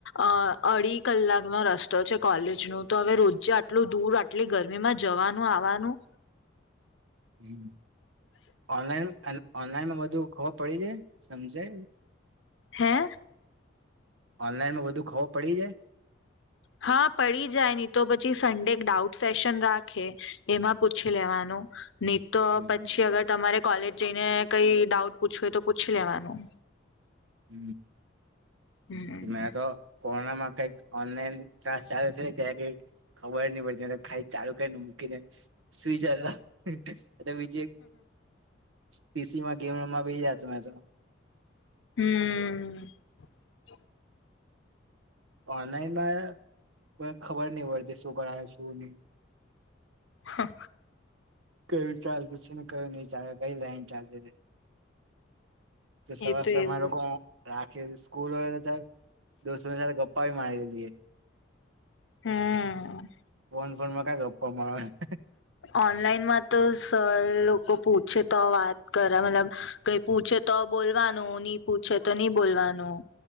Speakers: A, on the left; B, on the right.
A: અ અઢી કલાક નો રસ્તો છે કોલેજ નું તો હવે રોજે આટલું દૂર આટલી ગરમીમાં જવાનું આવવાનું
B: હ, ઓનલાઈન ઓનલાઈનમાં બધું ખબર પડી જાય સમજે?
A: હે.
B: ઓનલાઈન વધુ ખબર પડી જાય?
A: હા પડી જાય નની તો પછી સન્ડે એક ડાઉટ સેશન રાખે, એમાં પૂછી લેવાનું. નહી તો
B: હમ
A: પછી અગર તમારે કોલેજ જઈને કઈ ડાઉટ પૂછવું હોય તો પૂછી લેવાનું.
B: હ,
A: હમ
B: મેં તો કોનામાં ક ઓનલાઈન ક્લાસ ચાલે છે ત્યાં કઈ ખબર નહી પડતી. ખાઈ ચાલુ કરીને મૂકીને, સૂઈ જતો. એ વિજય પીસી માં ગેમ રમવા બે જત મે તો.
A: હમ
B: ઓનઈમાં પણ ખબર નહ <unintelligible> ભણાય શું નહી.
A: હા
B: કયું ચલે પૂછીને કયું નહી ચાલે કઈ લાઈન ચાલતી હતી. તો સવાર
A: એ
B: સવાર
A: એવું
B: માં લોકો
A: જ
B: રાખ ક્યારે સ્કૂલ હોય તો જરાક દોસ્ સાથે ગપ્પા ભી મારે હકીએ.
A: હમ
B: ફોન ફોનમાં ક્યાં ગપ્પા મારવાના
A: ઓનલાઈન માં તો સર લોકો પૂછ છે તો વાત કર મતલબ કઈ પૂછે તો બોલવાનું, નહી પૂછે તો નહી બોલવાનું,